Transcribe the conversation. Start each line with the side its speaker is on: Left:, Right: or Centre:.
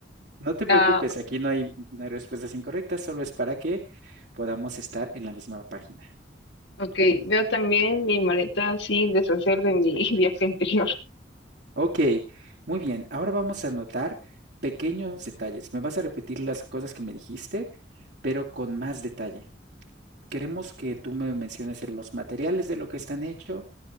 Right: No te preocupes,
Left: Ah,
Right: aquí no hay, no hay respuestas incorrectas, solo es para que podamos estar en la misma página.
Left: ok, veo también mi maleta sin deshacer de mi <laughs> viaje anterior.
Right: Ok, muy bien, ahora vamos a notar pequeños detalles. Me vas a repetir las cosas que me dijiste, pero con más detalle. Queremos que tú me menciones los materiales de lo que están hechos